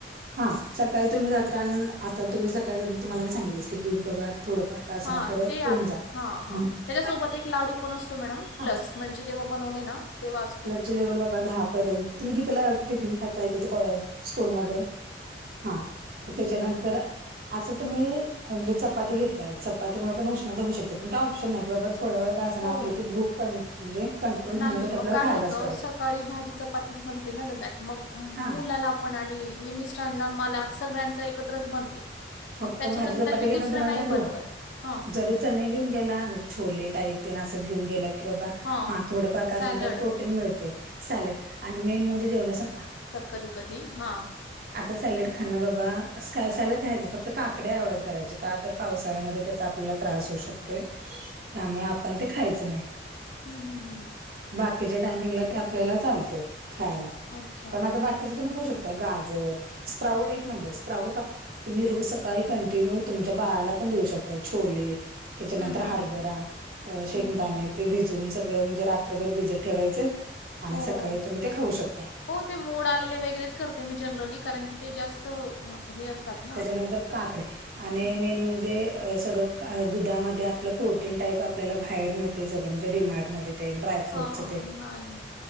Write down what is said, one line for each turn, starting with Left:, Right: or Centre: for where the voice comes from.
Right: हा सकाळी तुम्ही जाता आता तुम्ही सकाळी जात तुम्हाला मी सांगितलच की दूध बघा थोडंफार का असेना
Left: हा
Right: खरं
Left: ते
Right: पिऊन
Left: आहे
Right: जा
Left: हा हा
Right: हम्म
Left: त्याच्यासोबत एक लाडू पण असतो मॅडम प्लस
Right: हा
Left: म्हणजे जेव्हा बनवले ना तेव्हा असतो.
Right: जेवेल बघा दहा पर्यंत तुम्ही कितीला टिफिन खात <unintelligible> स्कूल मध्ये हा म त्याच्यानंतर
Left: हं.
Right: असं तुम्ही म्हणजे चपाती घेताय चपातीमुळे पण उष्णता होऊ शकते पण काय ऑप्शन नायं की बाबा थोड्या वेळात का असणं
Left: हो.
Right: आपली ती भूक कं म्हणजे कंट्रोल
Left: नाही
Right: राहण्यासाठी
Left: म
Right: आपल्याला
Left: काय होत
Right: खायलाच पाहिजे
Left: सकाळी भाजी चपातीच बनते ना डब्यात मग
Right: हा
Left: मुलाला पण आणि मि मिस्टरांना मला सगळ्यांच एकत्रच बनते.
Right: फक्त
Left: मग त्याच्यानंतर
Right: भाजी चपाती
Left: मी
Right: घेताना
Left: दुसरं
Right: तुम्हाला
Left: नाही
Right: सांगू
Left: बनवत. हां,
Right: जरी चने घेऊन गेला म्हणजे छोले टाईप ते न असं घेऊन गेला की बाबा
Left: हां.
Right: हा थोडंफार का आसंना
Left: सॅलड.
Right: कारण प्रोटीन मिळतेय सॅलेड आणि मेन म्हणजे जेवणा संग
Left: कधी कधी हा
Right: सॅलेड खान बाबा सॅ सॅलेड खायचं फक् काकड्या अव्हाइड करायचे का पावसाळ्यामध्ये त्याचा आपल्याला त्रास होऊ शकतोय त्यामुळ आप पण ते खायचं नाही.
Left: हूं हूं हूं
Right: बाकीच्या टायमिंगला तर आपल्याला चालते खायला
Left: अच्छा.
Right: पण आता बाकीच तुम्ही खाऊ शक ताय गाजर स्प्राऊड एक नंबर स्प्राऊड का तुम्ही रोज स सकाळी कंटिन्यू तुमच्या बाळाला पण देऊ शकतायं छोले त्याच्यानंतर
Left: हं, हं.
Right: हार्बरा शेंगदाणे
Left: हम्म.
Right: ते भिजवून सगळं म्हणजे रात्रभर भिजत ठेवायचं आणि
Left: हो.
Right: सकाळी तुम्ही ते खाऊ शकताय.
Left: हो ते मोड आलेले वेगळेच करते मी जनरली कारण की ते जास्त हे असतात. ना
Right: त्याच्यानंतर
Left: आपल्याला
Right: काकडे आणि
Left: हं.
Right: मेन म्हणजे सगळं दुधामध्ये आपलं प्रोटीन टाईप आपल्याला बाहेर मिळते सगळं म्हणजे डिमार्टमध्ये ड्राय. फ्रूटस
Left: हां, नाही.